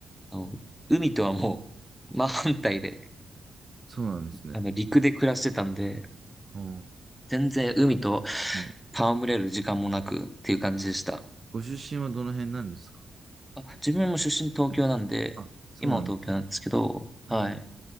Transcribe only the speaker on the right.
そうなんですね。
は
あ、はい。
ご出身はどの辺なんですか
はい。あ、そうなんですね。
あ